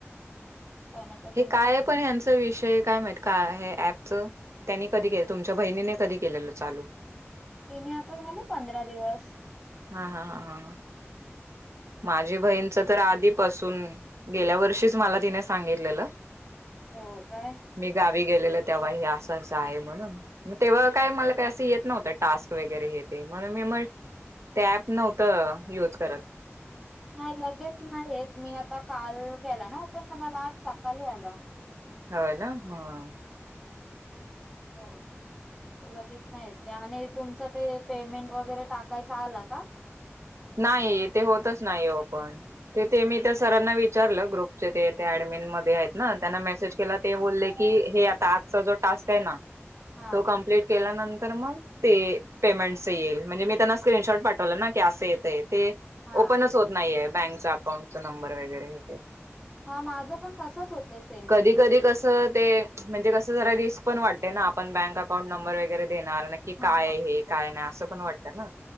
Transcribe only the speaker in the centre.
कोणाचा तुमचा
तिने आता झाले पंधरा दिवस
हो काय
नाही, लगेच नाही येत. मी आता काल केला ना पण तो मला आज सकाळी आला
हो लगेच नाही येत. त्यामध्ये तुमचं ते पेमेंट वगैरे टाकायचं आलं का?
हा
हा
हा माझं पण तसच होतंय सेम
टू सेम
हा